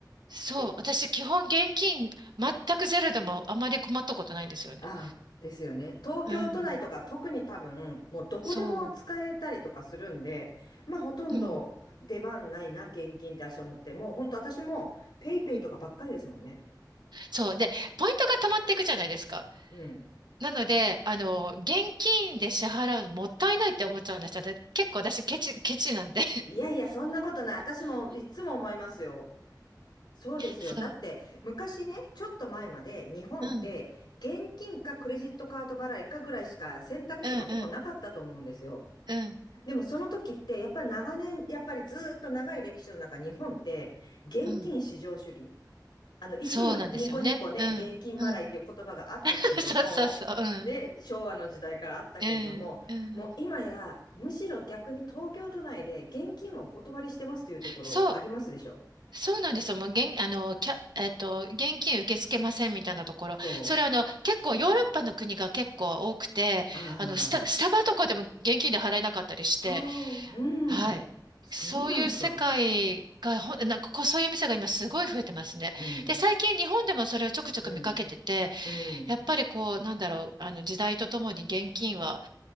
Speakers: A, on the right (about 75°); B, on the left (about 85°).
A: そう。
B: で
A: 私、基本現金全くゼロでもあまり困ったことないんですよね。
B: ああ、ですよね。東京都内とか特に多分、
A: うん。
B: もうどこでも使えたりとかするんで、
A: そ
B: まあほとんど出番ないな、
A: う。うん。
B: 現金って私は思って、もう本当私もペイペイとかばっかりですもんね。
A: うん。そう。で、ポイントが溜まっていくじゃないですか。
B: うん。
A: なので、あの、現金で支払うのもったいないって思っちゃうんですよ。だって結構私ケチ、ケチなんで。
B: いやいや、そんなことない。私もいつも思いますよ。そうですよ。
A: そう。
B: だって、昔ね、ちょっと前まで日本って、
A: うん。
B: 現金かクレジットカード払いかぐらいしか選択肢がほぼなかったと思うんですよ。
A: うんうんうん
B: でもその時って、やっぱり長年、やっぱりずーっと長い歴史の中、日本って、現金至上主義。
A: うん。
B: あの、いつもニコニコね、
A: そうなんですよね。うんうん。
B: 現金払いっていう言葉があったけれども、
A: <laughs> そうそうそう。うん。
B: ね、昭和の時代からあったけれども、
A: うんうん。
B: もう今や、むしろ逆に東京都内で現金はお断りしてますというところありますでしょ。
A: そう。そうなんですよ。もう現、あの、キャ、えっと、現金受け付けませんみたいなところ。
B: そ
A: それあの、結構ヨーロッパの国が結構多くて、
B: う。あ
A: あの、スタ、スタバとかでも現金で払えなかったりして、
B: あ、はあうん。
A: はい。
B: そうなんですか。
A: そういう世界が、ほん、なんかこう、そういう店が今すごい増えてますね。
B: うん、
A: で、最近日本でもそれをちょくちょく見かけてて、
B: うん、うん。
A: やっぱりこう、なんだろう、あの時代とともに現金は、